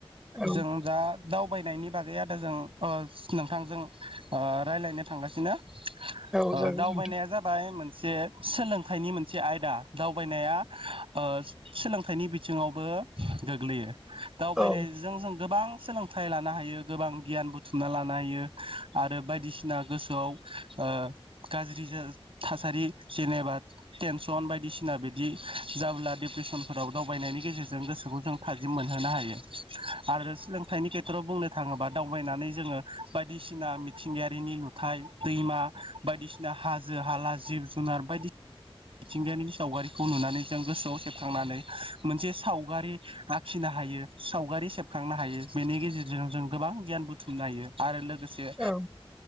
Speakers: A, in the centre; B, on the right.
A: औ
B: जों दा दावबायनायनि बागै आदाजों अ नोंथांजों ओ रायज्लायनो थांगासिनो।
A: औ
B: ओ
A: ज
B: दावबायनाया जाबाय मोन जे सोलोंथाइनि मोनसे आयदा दावबायनाया ओ सोलोंथाइनि बिथिङावबो गोग्लैयो। दावबायनायजों
A: औ
B: जों गोबां सोलोंथाइ लानो हायो गोबां गियान बुथुमना लानो हायो आरो बायदिसिना गोसोआव ओ गाज्रि दिजल थासारि जेनेबा टेनसन बायदिसिना बिदि जाब्ला डिप्रेसनफोराव दावबायनायनि गेजेरजों गोसोखौ जों थाजिम मोनहोनो हायो। आरो सोलोंथाइनि खेट फोराव बुंनो थाङोबा दावबायनानै जोङो बायदिसिना मिथिंगायारिनि नुथाय दैमा बायदिसिना दा हाजो हाला जिब जुनार बायदि मिथिंगायानि सावगारिखौ नुनानै जों गोसोआव सेबखांनानै मोनसे सावगारि आखिनो हायो सावगारि सेबखांनो हायो बेनि गेजेरजों जों गोबां गियान बुथुमनो हायो। आरो लोगोसे
A: औ